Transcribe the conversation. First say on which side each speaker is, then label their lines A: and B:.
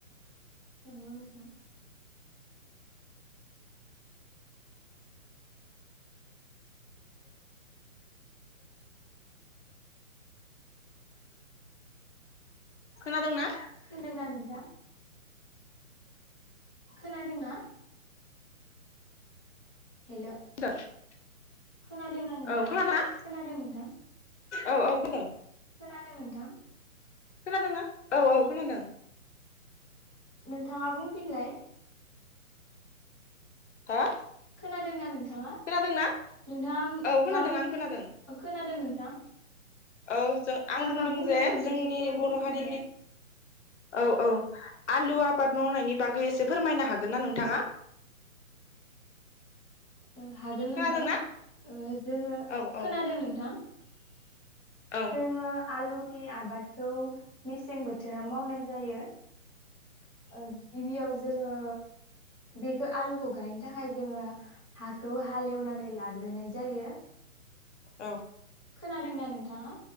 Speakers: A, on the right; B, on the left.
A: नंगौ नोंथां
B: खोनादोंना
A: खोनादोंना नोंथां खोनादोंना हेल'
B: <unintelligible>
A: खोनादोंना नोंथाङा
B: औ खोनादोंना
A: खोनादों नोंथां
B: औ औ खोनादों
A: खोनादों नोंथां
B: खोनादोंना औ औ खोनादों
A: नोंथाङा बुंफिनलाय
B: हो
A: खोनादोंना नोंथाङा
B: खोनादोंना
A: नोंथाङा
B: औ खोनादों
A: मा बुं
B: आं खोनादों
A: खोनादों नों
B: औ जों आं बुंदों
A: मा बुंदोंमोन
B: जे जोंनि
A: खेबसे
B: बर'
A: बुंफिनलाय
B: हारिनि औ औ आलु आबाद मावनायनि बागै एसे फोरमायनो हागोन ना नोंथाङा
A: ओ हागोन
B: खोनादोंना
A: नोंथां ओ जोङो
B: औ औ
A: खोनादों नोंथां
B: औ
A: जोङो आलुनि आबादखौ मेसें बोथोर राव मावनाय जायो। ओ गिबियाव जोङो बेखौ आलुखौ गायनो थाखाय जोङो हाखौ हालेवनानै लाग्रोनाय जायो
B: औ
A: खोनादोंना नोंथाङा?